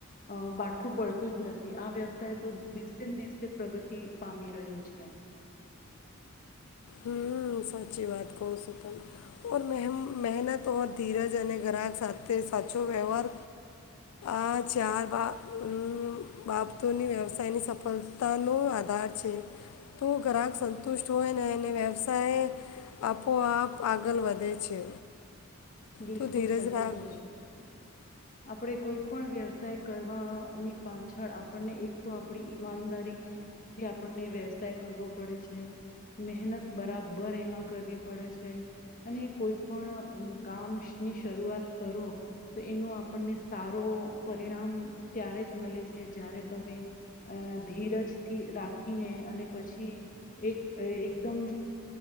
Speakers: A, on the left (about 40°); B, on the left (about 80°).
A: અહ બાઠું પડતું જ નથી આ વ્યવસાય તો દિવસે ને દિવસે પ્રગતિ પામી રહ્યું છે.
B: હમ્મ, સાચી વાત કહું છું તમે. ઔર મેહ મહેનત ઓર ધીરજ અને ગ્રાહક સાથે સાચો વ્યવહાર આ ચાર બા અમ્મ બાબતોની વ્યવસાયની સફળતાનો આધાર છે. તો ગ્રાહક સંતુષ્ટ હોય ને એને વ્યવસાય આપોઆપ આગલ વધે છે.
A: બિલકુલ
B: તો ધીરજ
A: સાચું
B: રાખ
A: કહો છો. આપડે કોઈ પણ વ્યવસાય કર વા ની પાછળ આપણને એક તો આપડી ઈમાનદારીથી આપણને વ્યવસાય કરવો પડે છે. મહેનત બરાબર એમાં કરવી પડે છે. અને કોઈ પણ અહ કામ ની શરૂઆત કરો તો એનો આપણને સારો પરિણામ ત્યારે જ મલે છે જ્યારે તમે અહ ધીરજથી રાખીને અને પછી એક એકદમ